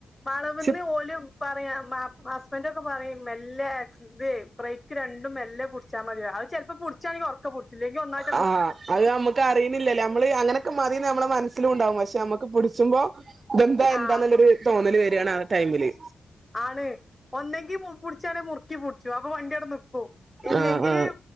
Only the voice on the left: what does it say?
വളവ്ന്ന്
ഓല് പറയും മാ ഹസ്ബന്റൊക്കെ പറയും മെല്ലെ ആക് ഇതേ ബ്രേക്ക് രണ്ടും മല്ലെ പുടിച്ചാൽ മതി അത് ചെലപ്പൊ പുടിച്ചാണെങ്കിൽ ഒറക്കെ പുടിച്ചും ഇല്ലെങ്കി ഒന്നായി
ആഹ്
ആണ് ഒന്നെങ്കി പുടിച്ചാണെങ്കി മുർക്കി പുടിച്ചും അപ്പ വണ്ട്യവടെ നി ക്കും ഇല്ലെങ്കിൽ